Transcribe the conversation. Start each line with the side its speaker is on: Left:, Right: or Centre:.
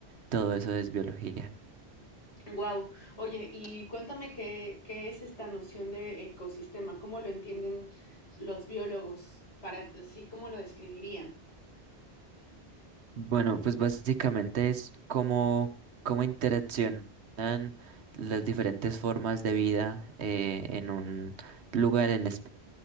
Right: todo eso es biología.
Left: Wow. Oye, y cuéntame qué, qué es esta noción de ecosistema, cómo lo entienden los biólogos, para sí, cómo lo describirían.
Right: Bueno, pues básicamente es cómo, cómo interaccionan las diferentes formas de vida eh, en un lugar en